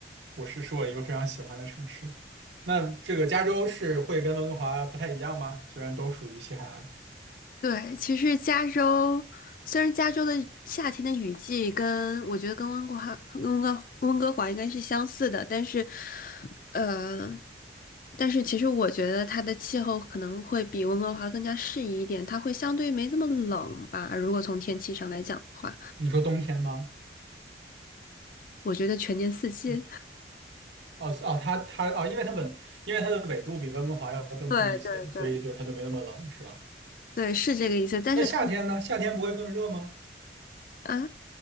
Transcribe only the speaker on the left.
对，其实加州虽然加州的夏天的雨季跟我觉得跟温哥华、跟温哥温哥华应该是相似的，但是，呃，但是其实我觉得它的气候可能会比温哥华更加适宜一点，它会相对没这么冷吧。如果从天气上来讲的话，
我觉得全年四季。
<laughs>
对对对，
对，是这个意思。但是同
啊，